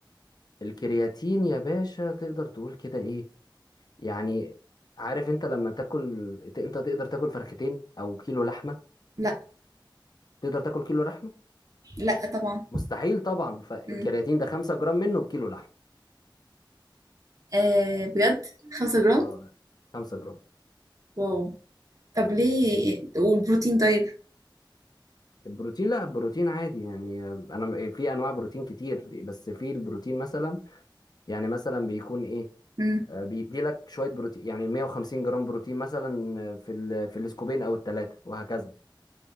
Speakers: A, on the left; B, on the right.
A: الكرياتين يا باشا تقدر تقول كده ايه يعني عارف انت لما تاكل ت- انت تقدر تاكل فرختين او كيلو لحمه
B: لا
A: تقدر تاكل كيلو لحمه
B: لا طبعا
A: مستحيل طبعا فالكرياتين
B: مم.
A: ده 5 جرام منه بكيلو لحمه
B: آه بجد خمسة جرام
A: اه 5 جرام
B: واو طب ليه والبروتين طيب
A: البروتين لا البروتين عادي يعني آه، انا م- في انواع بروتين كتير بس في البروتين مثلا يعني مثلا بيكون ايه
B: مم.
A: آه، بيدي لك شويه بروتين يعني 150 جرام بروتين مثلا آه، في ال- في الاسكوبين او الثلاثه وهكذا